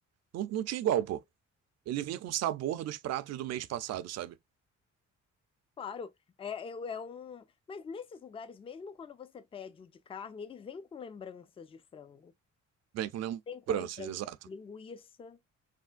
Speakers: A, on the right; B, on the left.
A: não, não tinha igual, pô. Ele vinha com o sabor dos pratos do mês passado, sabe?
B: Claro, é, é, é um. Mas nesses lugares, mesmo quando você pede o de carne, ele vem com lembranças de frango.
A: Vem com lembranças,
B: Vem com lembrança
A: exato.
B: de linguiça.